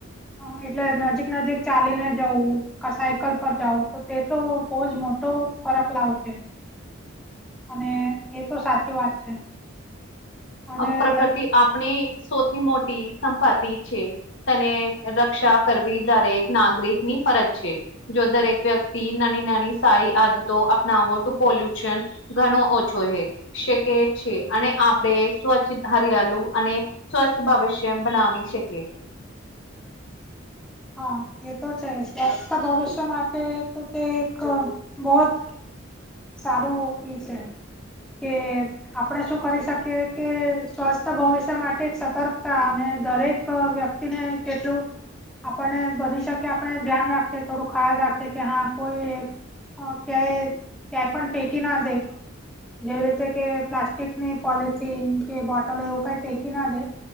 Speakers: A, in the centre; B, on the left.
A: હ એટલે નજીક નજીક ચાલીને જવું કા સાયકલ પર જાવું તે તો બહુ જ મોટો ફરક લાવશે
B: <inaudible>
A: અને એ તો સાચી વાત છે અને
B: અ પ્રકૃતિ
A: રહી
B: આપની સૌથી મોટી સંપતિ છે તને રક્ષા કરવી દરેક નાગરિકની ફરજ છે જો દરેક વ્યક્તિ નાની નાની સારી આદતો અપનાવો તો પોલ્યુશન ઘણો ઓછો હે શકે છે અને આપણે સ્વચ્છ હરિયાલુ અને સ્વસ્થ ભવિષ્ય બનાવી શકીએ
A: હા એ તો છે જ ખાસ તો ભવિષ્ય માટે તો તે એક બહૂત સારું ઈ છે કે આપણે શું કરી શકીએ કે સ્વસ્થ ભવિષ્ય માટે સતર્કતા અને દરેક વ્ય એને કેટલું આપણને બની શકે આપણે ધ્યાન રાખે થોડું ખ્યાલ રાખે કે હા કોઈ હ ક્યાંય ક્યાંય પણ ફેંકીના દેય. જેવી રીતે કે પ્લાસ્ટિક ની પોલિથીન કે બોટલ એવું કંઈ ફેંકી ના દે.